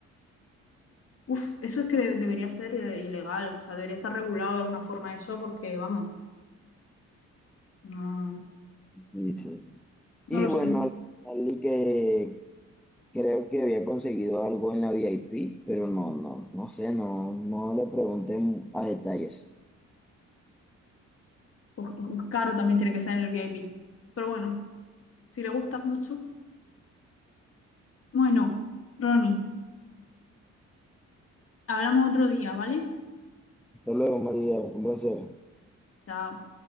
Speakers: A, on the left (about 50°); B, in the centre.
A: Uf, eso es que de- debería ser eh, ilegal. O sea, debería estar regulado de alguna forma eso porque, vamos, no,
B: Sí, sí.
A: no
B: Y
A: lo
B: bueno,
A: sé.
B: al, al- y que, Creo que había conseguido algo en la VIP, pero no, no, no sé, no, no le pregunté mu- a detalles.
A: Uf, o- caro también tiene que ser en el VIP. Pero bueno, si le gusta mucho. Bueno, Ronnie, hablamos otro día, ¿vale?
B: Hasta luego, María, fue un placer.
A: Chao.